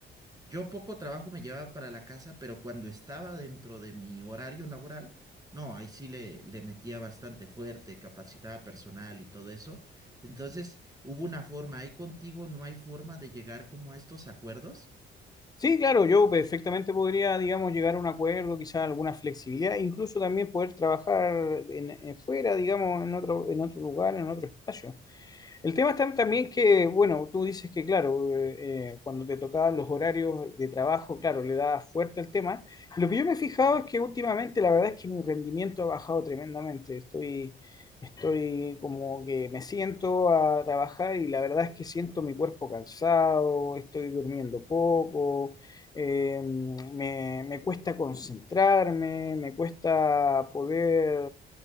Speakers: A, on the right (about 20°); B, on the left (about 20°).
A: yo poco trabajo me llevaba para la casa, pero cuando estaba dentro de mi horario laboral, no, ahí sí le, le metía bastante fuerte, capacitaba personal y todo eso. Entonces, hubo una forma, ahí contigo no hay forma de llegar como a estos acuerdos.
B: Sí, claro, yo perfectamente podría, digamos, llegar a un acuerdo, quizás alguna flexibilidad, incluso también poder trabajar en, en fuera, digamos, en otro, en otro lugar, en otro espacio. El tema está también que, bueno, tú dices que, claro, eh, eh, cuando te tocaban los horarios de trabajo, claro, le da fuerte al tema. Lo que yo me he fijado es que últimamente la verdad es que mi rendimiento ha bajado tremendamente. Estoy, estoy como que me siento a trabajar y la verdad es que siento mi cuerpo cansado, estoy durmiendo poco, eh, me, me cuesta concentrarme, me cuesta poder